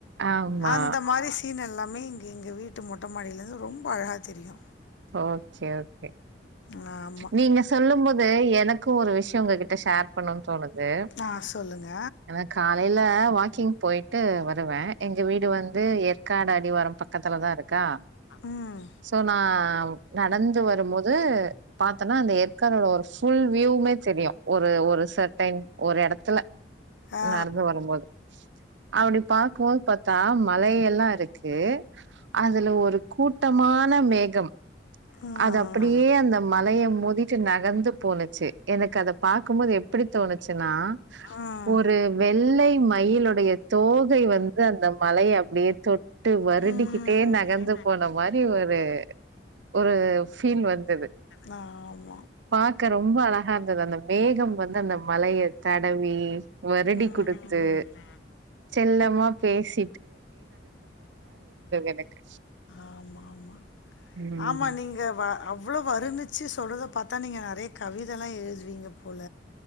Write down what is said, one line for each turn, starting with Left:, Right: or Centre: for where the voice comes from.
Right: ஆமா.
Left: அந்த மாரி சீன் எல்லா மே இங்க எங்க வீட்டு மொட்ட மாடியிலந்து ரொம்ப அழகா தெரியு
Right: ஓ சே ஓகே
Left: நாம்
Right: நீங்க சொல்லும் போது எனக்கு ஒரு விஷயோ உங்ககிட்ட ஷேர் பண்ணோன் தோணுது
Left: ஆ சொல்லுங்க
Right: எனக் காலையில வாக்கிங் போயி டு வருவே எங்க வீடு வந்து ஏற்காடு அடிவாரோ பக்கத்துலதா இருக்கா
Left: ம்
Right: சோ நா நடந்து வரும்போது பாத்தனா அந்த ஏற்காடோட ஒரு ஃபுல் வியூமே தெரியு ஒரு ஒரு சர்டைன் ஒரு எடத்துல
Left: ஆ
Right: நடந்து வரும்போது அப்டி பாக்கும்போது பாத் தா மழையெல்லா இருக்கூ அதுல ஒரு கூட்டமான மேகம்
Left: ம்
Right: அது அப்டியே அந்த மலைய மோதிட்டு நக கந்து போணுச்சி எனக்கு அத பாக்கும்போது எப்பிடி தோணுச்சினா
Left: ம்
Right: ஒரு வெள்ளை மயிலுடைய தோகை வந்து அந்த மலைய அப்டியே தொட் டு வருடிகிட்டே
Left: நடந்துகிட்டே
Right: நகந்து போன மாரி ஒரு ஒரு ஃபீல் வந்தது
Left: ஆம்
Right: பாக்க ரொம்ப அழகா இருந்தது அந்த மேகம் வந்து அந்த மலைய தடவி வருடி
Left: மனதி
Right: குடுத்து
Left: ம்
Right: செல்லம்மா பேசி எனக்கு
Left: ஆமாமா
Right: ம்
Left: ஆமா நீங்க வா அவ்வளோ வருணிச்சி சொல்றத பாத்தா நீங்க நெறையா கவிதெலா எழுதுவீங்க போல